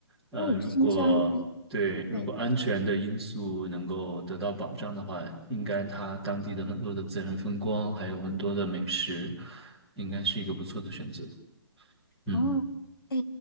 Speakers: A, in the centre; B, on the left.
A: 呃，
B: 哦，
A: 如果对，
B: 新疆，哎，
A: 如果安全的因素能够得到保障的话，
B: 对。
A: 应该它当地的很多的自然风光，还有很多的美食，应该是一个不错的选择。嗯
B: 哦，哎，